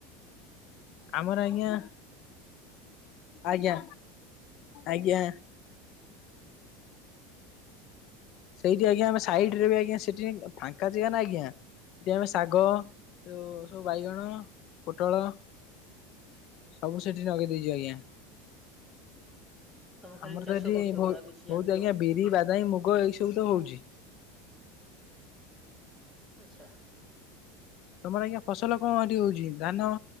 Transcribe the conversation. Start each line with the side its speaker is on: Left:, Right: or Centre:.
Left: ଆମର ଆଜ୍ଞା ଆଜ୍ଞା ଆଜ୍ଞା। ସେଇଠି ଆଜ୍ଞା ଆମେ ସାଇଡ ରେ ବି ଆଜ୍ଞା ସେଠି ଫାଙ୍କା ଯେଗାନା ଆଜ୍ଞା ସେଠି ଆମେ ଶାଗ ସବୁ ବାଇଗଣ ପୋଟଳ ସବୁ ସେଇଠି ନଗେଇଦେଇଚୁ ଆଜ୍ଞା।
Centre: ତମେ ଖାଲି
Left: ଆମର
Centre: ଚାଷ
Left: ତ ଏଠି
Centre: କରୁଛ
Left: ବହୁ
Centre: ବୋଧେ ଆଉ କିଛି ଜାଣିନା
Left: ବହୁତ ଆଜ୍ଞା ବିରି, ବାଦାମୀ, ମୁଗ ଏଇ ସବୁ ତ ହଉଚି।
Centre: ଆଚ୍ଛା।
Left: ତମର ଆଜ୍ଞା ଫସଲ କଁ ହେଠି ହଉଚି ଧାନ?